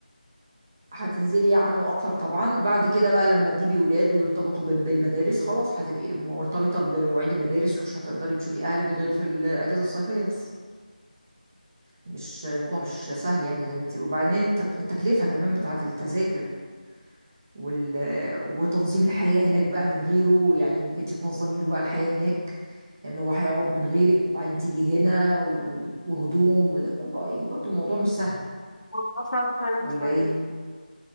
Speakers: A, on the right; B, on the left.
A: هتنزلي عنه اكتر طبعا بعد كده بقى لما تجيبي ولاد ويرتبطوا ب- بالمدارس خلاص هتبقي مرتبطه بمواعيد المدارس ومش هتقدري تشوفي اهلك غير في الاجازه الصيفيه بس مش الموضوع مش سهل يعني زي ما تبقى وبعدين الت- التكلفة كمان بتاعة التذاكر وال... وتنظيم الحياة هناك بقى من غيره يعني انك انت تنظمي له بقى الحياة هناك ان هو هيقعد من غيرك وبعدين تيجي هنا و... وهدوم ولا يعني برضو الموضوع مش سهل
B: الموضوع صعب فعلا
A: ولا
B: شوية
A: ايه